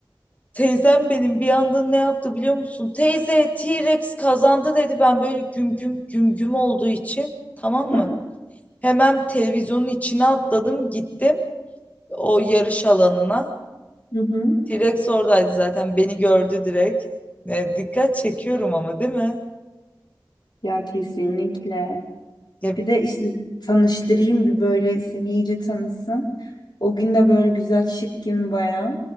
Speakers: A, on the left (about 20°); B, on the left (about 60°).
A: Teyzem benim bir anda ne yaptı biliyor musun? Teyze T-Rex kazandı dedi. Ben böyle güm güm güm güm olduğu için tamam mı?
B: <laughs>
A: Hemen televizyonun içine atladım gittim o yarış alanına.
B: Hı hı.
A: T-Rex oradaydı zaten beni gördü direkt. E, dikkat çekiyorum ama değil mi?
B: Ya kesinlikle.
A: Ya,
B: Bir de işte tanıştırayım bir böyle seni iyice tanısın. O gün de böyle güzel şık gün bayağı.